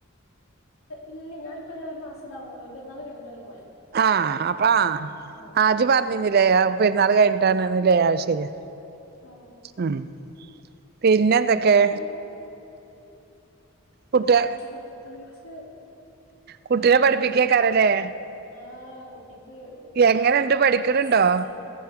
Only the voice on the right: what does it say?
ആഹ് അപ്പ ആഹ്
ആജു പർഞീന്നില്ലേ പെര്ന്നാള് കഴിഞ്ഞിട്ടയിര്ന്നല്ലോ ലേ ആഹ് ശരിയാ
ഉം പിന്നെന്തൊക്കേ
കുട്ടിയ
കുട്ടിനെ
പഠിപ്പിക്കേക്കാരല്ലേ
എങ്ങനെണ്ട്
പഠിക്കണുണ്ടോ